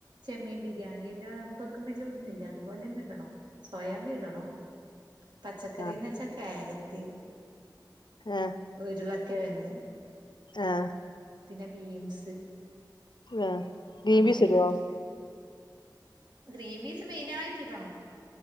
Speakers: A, on the right; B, on the left.
A: ചെമ്മീൻ ബിരിയാണി എല്ലാം വെക്കുമ്പം എല്ലും ഇടുന്നില്ലേ? അതുപോലന്നെ ഇടണം സോയബീടണോ? പച്ചക്കറി
B: ആഹ്
A: എന്ന് വെച്ചാ ക്യാരറ്റ്
B: ആഹ്
A: ഉരുളക്കിഴങ്,
B: ആഹ്
A: പിന്നെ ബീൻസ്
B: ആഹ് ഗ്രീൻ
A: അങ്ങനെയെല്ലോം
B: പീസ് ഇടുവോ
A: ഇട്ടിട്ട് ഗ്രീൻ പീസ് മെയിനായിട്ട് ഇടണം